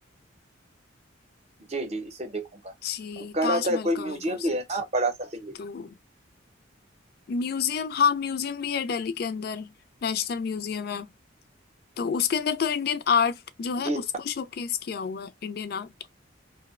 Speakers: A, on the right (about 35°); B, on the left (about 50°).
A: जी जी इसे देखूंगा
B: जी
A: कह
B: ताजमहल
A: रहा था कोई
B: कवर
A: म्यूजियम
B: कर
A: भी
B: सकते
A: है ना बड़ा सा दिल्ली
B: हो म्यूजियम हाँ म्यूजियम भी है दिल्ली के अंदर नेशनल म्यूजियम है तो उसके अंदर तो इंडियन आर्ट जो है
A: जी
B: उसको शोकेस किया हुआ है इंडियन आर्ट